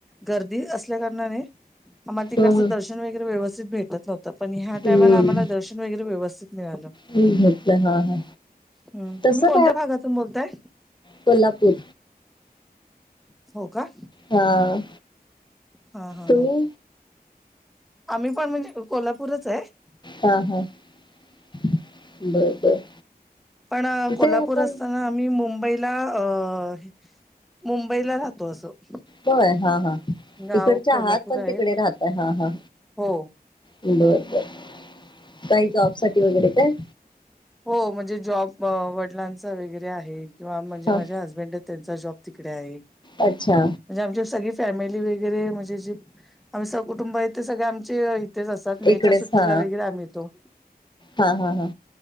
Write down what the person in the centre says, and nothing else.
गर्दी अस ळ्या कारणाने आम्हाला तिकडचं
दर्शन वगैरे व्यवस्थित भेटत नव्हतं पण ह्या
टायमाला आम्हाला दर्शन वगैरे व्यवस्थित मिळालं
हम्म
तुम्ही कोणत्या
भागातून बोलताय
हो का
हा हा
हा आम्ही पण म्हणजे कोल्हापूरच आहे
पण
कोल्हापूर
असताना आ मी मुंबईला अ मुंबईला राहतो असं
गाव
कोल्हापूर
आहे
हो
हो म्हणजे जॉब वडिलांचा वगैरे आहे किंवा म्हणजे
माझ्या हसबंड त्यांचा जॉब तिकडे आहे
म्हणजे आमची सगळी फॅमिली वगैरे म्हणजे जे आम्ही सह कुटुंब आहेत ते सगळे आमचे तेच असतात
मेच्या सुट्टीला
वगैरे रे आम्ही येतो